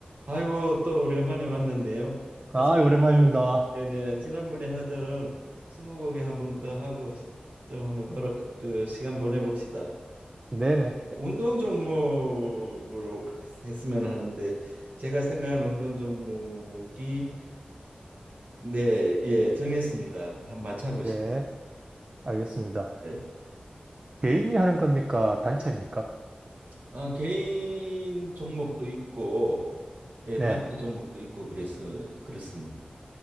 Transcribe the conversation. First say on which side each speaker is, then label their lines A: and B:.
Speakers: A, on the right; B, on the right.
A: 아이고 또 오래간만에 만났네요. 아,
B: 아,
A: 지-
B: 오랜만입니다.
A: 네네 지난번에 하던 스무고개 한 번 더 하고 시- 좀 한번 놀아, 그 시간 보내봅시다.
B: 네네.
A: 운동 종목으로 했으면 하는데 제가 생각하는 운동 종목이 네, 예, 정했습니다. 한번 맞춰보시죠.
B: 네, 알겠습니다.
A: 예.
B: 개인이 하는 겁니까? 단체입니까?
A: 아, 개인 종목도 있고 예,
B: 네.
A: 단체 종목도 있고 그래서 그렇습니다.